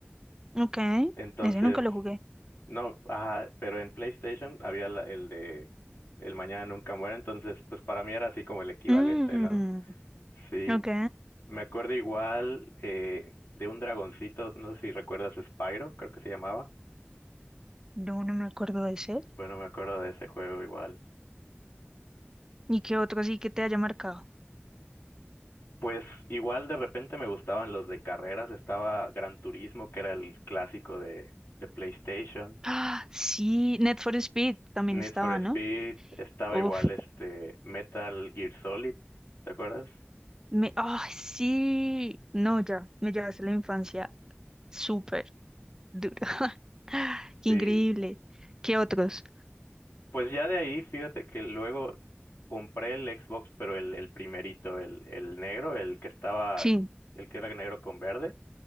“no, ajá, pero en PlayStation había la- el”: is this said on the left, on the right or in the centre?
Left